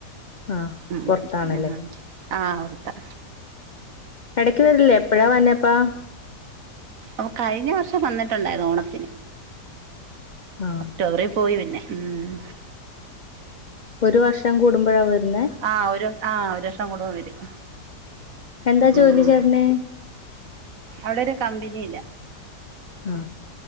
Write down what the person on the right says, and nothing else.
ഉം
ഉം ആ അവർതാ
അപ്പൊ കഴിഞ്ഞ വർഷം വന്നിട്ടുണ്ടായിരുന്നു ഓണത്തിന്
ഒക്ടോബറിൽ പോയി പിന്നെ ഉം
ആ ഒരു ആ ഒരു ദിവസ കൂടുമ്പോ വരും
ഉം
അവിടെ ഒരു കമ്പനില്ല